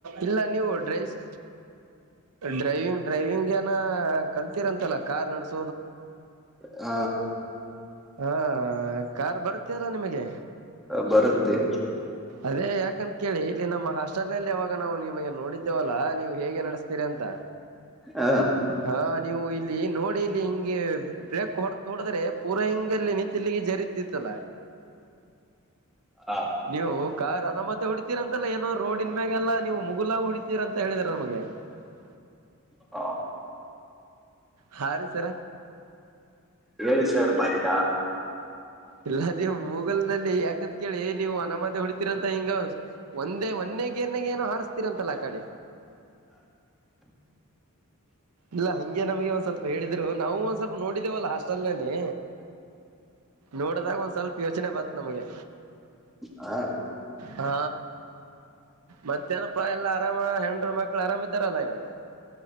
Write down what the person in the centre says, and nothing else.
ಹ.
ಹ ಬರುತ್ತೆ
ಹ
ಹ
ಹಾ.
ಹೇಳ ಸರ್ ಮತ್ತ.
ಹ